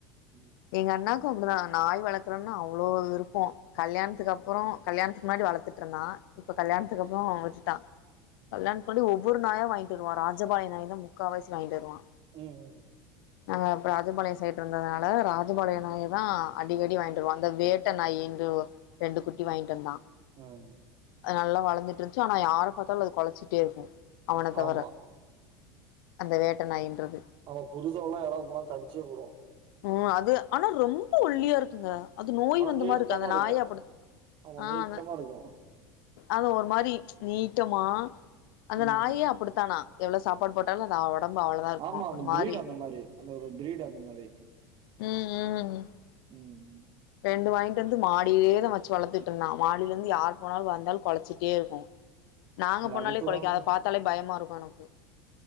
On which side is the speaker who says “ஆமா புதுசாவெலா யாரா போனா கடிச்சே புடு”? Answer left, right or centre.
Right